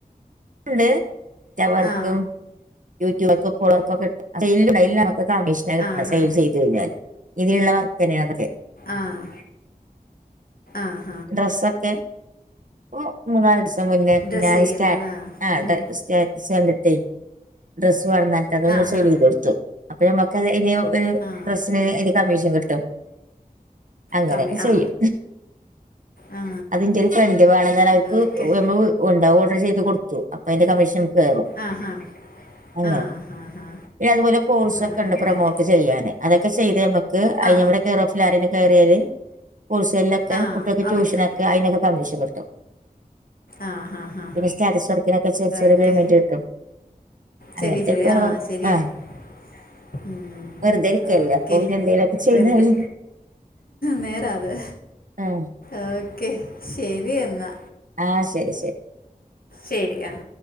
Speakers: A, on the right (about 60°); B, on the left (about 75°).
A: ണ്ട്. റ്റ വർക്കും
B: ആ
A: യൂട്യൂബർക്കും ഫോളോ വർക്കും <unintelligible> ഇതൊക്കെ അഡീഷ്ണൽ കിട്ട്ണാ
B: ആ ഹാ
A: സെയിൽ ചെയ്ത് കഴിഞ്ഞാൽ. ഇതില്ള്ള വർക്കന്നേണതൊക്കെ.
B: ആഹ് ആഹ്.
A: ഡ്രസ്സൊക്കെ ഇപ്പൊ മൂന്നാല് ദിവസം മുന്നേ
B: ഡ്രസ്സ്
A: ഞാൻ
B: ചെയ്യുന്നതാ
A: സ്റ്റാ ആഹ്
B: ഉം
A: ഡ സ്റ്റാ റ്റസ് കണ്ടിട്ടേ ഡ്രസ്സ് വേണംന്നറഞ്ഞിട്ട് അതൊന്ന്
B: ആ
A: സെയിൽ
B: ഹാ
A: ചെയ്ത് കൊടുത്തു. അപ്പൊ നമ്മക്കത് അയ്ന് ഒരു
B: ആ
A: ഡ്രസിന് അയിൻ്റെ കമ്മീഷൻ കിട്ടും. അങ്ങനെയൊക്കെ
B: കമ്മി
A: ചെയ്യും.
B: ആ ആ
A: അതിൻ്റൊരു ഫ്രെണ്ട് വേണംന്ന്‌ പർഞ്ഞ് അവർക്ക്
B: ഓക്കെ
A: ഞമ്മള് വ് എന്താ ഓർഡർ ചെയ്ത് കൊട്ത്തു. അപ്പയ്ന്റെ കമ്മീഷൻ കയറും
B: ആഹ് ഹാ
A: അങ്ങനെ.
B: ആ ഹാ ഹാ
A: പിന്നതുപോലെ കോഴ്സ്
B: ആ
A: ഒക്കെണ്ട്
B: അങ്ങനെ
A: പ്രൊമോട്ട് ചെയ്യാന്. അതൊക്കെ ചെയ്ത് നമ്മക്ക് അയ്ന്
B: ആ
A: നമ്മടെ കെയർ ഓഫ്‌ല് ആരേലും കേറിയാല് കോയ്‌സെയിലൊക്കെ
B: ആ
A: കുട്ട്യേക്ക്
B: അവർക്ക്
A: ട്യൂഷനൊക്കെ അയ്നൊക്കെ കമ്മീഷൻ കിട്ടും.
B: ആഹ് ഹാ ഹാ.
A: പിന്നെ സ്റ്റാറ്റസ് വർക്കിനൊക്കെ ചെറ് ചെറ്യേ
B: ഓക്കെ
A: പയ്മെന്റ് കിട്ടും. അങ്ങൻത്തെക്കെ
B: ശരി ശരി
A: ഓരോ
B: ആ
A: വർ,
B: ശരിയാ
A: ആഹ്
B: ഉം
A: വെറുതെ ഇരിക്കല്ലെ
B: ഓക്കെ
A: അപ്പോ പിന്നെ എന്തേലൊക്കെ ചെയ്താല്.
B: വെറുതെ നേരാ അത്.
A: ആഹ്
B: ഓക്കെ, ശരിയെന്നാ.
A: ആഹ് ശരി ശരി.
B: ശരി ആഹ്.